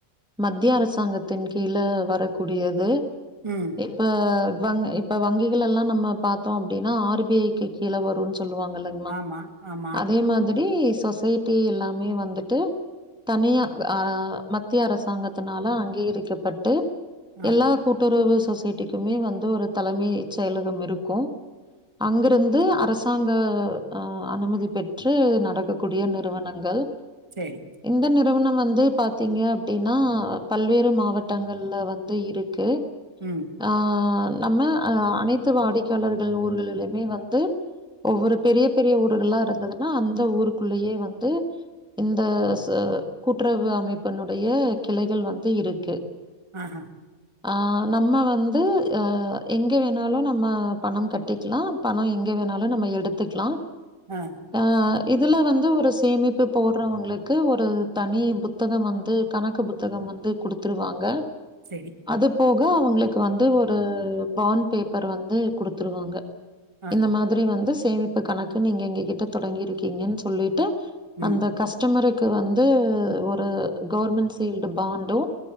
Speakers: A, in the centre; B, on the right.
A: மத்திய அரசாங்கத்தின் கீழ வரக்கூடியது
B: ம்
A: இப்ப வங் இப்ப வங்கிகள் எல்லா நம்ம பாத்தோ அப்டினா ஆர் பி ஐக்கு கீழ வருன் சொல்லுவாங்கல்ல
B: ஆமா ஆமா
A: தே மாதிரி சொசைட்டி எல்லாமே வந்துட்டு தனியா அ மத்திய அரசாங்கத்துனால அங்கீகரிக்கப்பட்டு
B: ஆ
A: எல்லாக் கூட்டுறவு சொசைட்டிக்கிமே வந்து ஒருத் தலமை செயலகம் இருக்கு அங்கிருந்து அரசாங்க அ அனுமதி பெற் ற்று நடக்கக்கூடிய நிறுவனங்கள்
B: சேரி
A: இந்த நிறுவனம் வந்து பாத்தீங்க அப்டினா பல்வேறு மாவட்டங்கள்ல வந்து இருக்கு
B: ம்
A: அ நம்ம அ அனைத்து வாடிக்கையாளர்கள் ஊர்களிலுயுமே வந்து ஒவ்வொரு பெரியப் பெரிய ஊர்கல்லா இருந்ததுன்னா அந்த ஊருக்குள்ளியே வந்து இந்தச கூட்டுறவு அமைப்புனுடைய கிளைகள் வந்து இருக்கு
B: ஆஹ
A: அ நம்ம வந்து அ எங்கே வேணாலு நம்ம பணம் கட்டிக்லாம் பணோ எங்க வேணாலு நம்ம எடுத்துக்லா
B: அ
A: அ இதுல வந்து ஒரு சேமிப்பு போர்றவுங்ளுக்கு ஒரு தனி புத் த்தகம் வந்து கணக்கு புத்தகம் வந்து குடுத்துருவாங்க
B: செரி
A: அதுப்போக அவுங்ளுக்கு வந்து ஒரு பாண்ட் பேப்பர் வந்து குடுத்துருவாங்க
B: ஆஹா
A: இந்த மாதிரி வந்து சேமிப்பு கணக்குன் நீங்க எங்ககிட்ட தொடங்கிருக்கீங்கன் சொல்லிட்டு
B: ம்
A: அந்த கஸ்டமருக்கு வந்து ஒரு கவுர்மெண்ட் சீல்டு பாண்டு